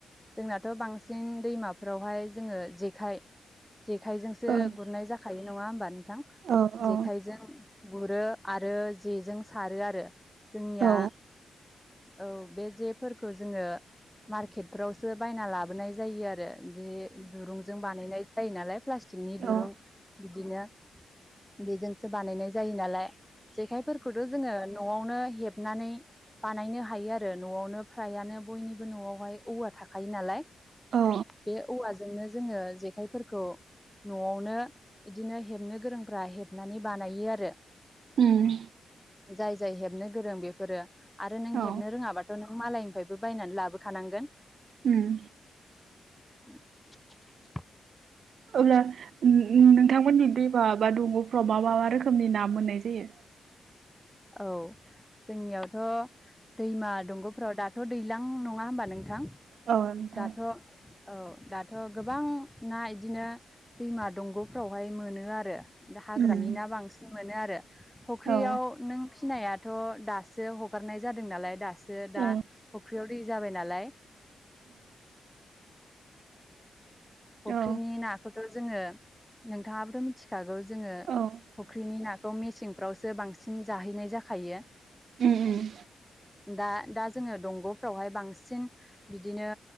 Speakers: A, in the centre; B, on the right.
A: जोंनाथ बांसिन दैमाफोरावहाय जोङो जेखाइ। जेखाइजोंसो
B: ओ
A: गुरनाय जाखायो नङा होमबा नोंथां
B: औ
A: जेखाइजों
B: औ
A: गुरो। आरो जेजों सारो आरो जोंनिया।
B: औ
A: औ बे जेफोरखौ जोङो मारकेटफ्रावसो बायना लाबोनाय जायो आरो। बे दुरुंजों बानायनाय जायो नालाय प्लास्टिकनि
B: औ
A: दुरुं बिदिनो। बेजोंसो बानायनाय जायो नालाय जेखायफोरखौथ जोङो न'आवनो। हेबनानै बानायनो हायो आरो नआवनो फ्रायानो बयनिबो। न'आवहाय औवा थाखायो नालाय
B: औ
A: बे औवाजोंनो जोङो जेखाइफोरखौ न'आवनो इदिनो हेबनो गोरोंफ्रा हेबनानै बानायो आरो
B: उम
A: जाय जाय हेबनो गोरों बेफोरो आरो नों
B: औ
A: हेबनो रोङाबाथ' नों मालायनिफ्रायबो बायनानै लाबोखानांगोन
B: उम
A: <unintelligible>
B: अब्ला नों थांमोननि दे बा दंगफ्राव मा मा मा रोखोमनि ना मोननाय जायो।
A: औ जोंनियावथ' दैमा दंगफ्राव दाथ' दैलां नङा होमबा नोंथां
B: औ नोंथां
A: दाथ' औ दाथ' गोबां ना इदिनो दैमा दंगफ्रावहाय मोनो आरो दा हाग्रानि
B: उम
A: ना बांसिन मोनो आरो फुख्रियाव
B: औ
A: नों फिनायाथ' दासो हगारनाय जादों नालाय दासो दा
B: उम
A: फुख्रियाव दै जाबाय नालाय <inaudible> फुख्रिनि
B: औ
A: नाखौथ' जोङो नोंथाङाबोथ' मिथिखागौ जोङो
B: उम
A: फुख्रिनि नाखौ मेसेंफ्रावसो बांसिन जाहैनाय जाखायो।
B: उम
A: दा दा जोङो दंग'फ्रावहाय बांसिन बिदिनो